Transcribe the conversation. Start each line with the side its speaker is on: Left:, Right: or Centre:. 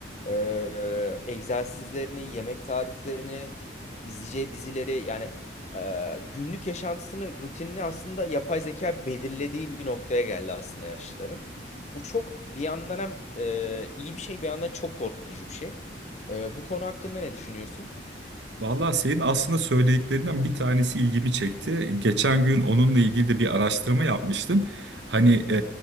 Left: e, egzersizlerini, yemek tariflerini, izleyeceği dizileri yani e, günlük yaşantısını, rutinini aslında yapay zeka belirlediği bir noktaya geldi aslında yaşlıların. Bu çok bir yandan hem e, iyi bir şey bir yandan çok korkutucu bir şey. E, bu konu hakkında ne düşünüyorsun?
Right: Vallahi senin aslında söylediklerinden bir tanesi ilgimi çekti. Geçen gün onunla ilgili de bir araştırma yapmıştım. Hani e,